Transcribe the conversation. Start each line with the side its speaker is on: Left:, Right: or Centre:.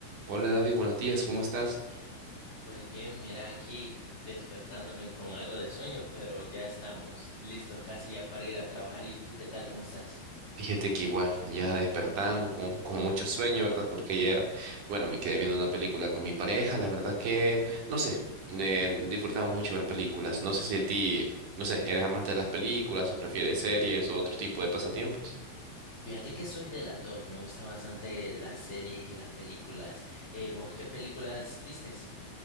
Right: Hola David, buenos días, ¿cómo estás?
Left: Pues bien, mira aquí despertándome con algo de sueño, pero ya estamos listos casi ya para ir a trabajar. ¿Y tú qué tal? ¿Cómo estás?
Right: Fíjate que igual, ya despertando con, con mucho sueño, ¿verdad? Porque ayer, bueno, me quedé viendo una película con mi pareja, la verdad que, no sé, eh, disfrutamos mucho ver películas. No sé si a ti, no sé, ¿eres amante de las películas o prefieres series o otro tipo de pasatiempos?
Left: Fíjate que soy de las dos, me gustan bastante las series y las películas. Eh, ¿vos qué películas vistes?